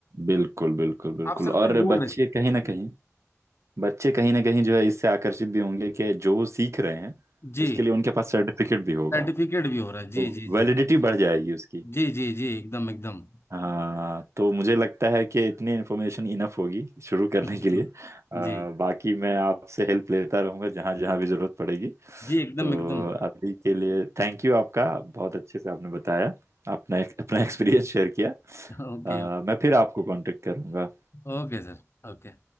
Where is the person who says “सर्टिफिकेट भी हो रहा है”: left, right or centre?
Left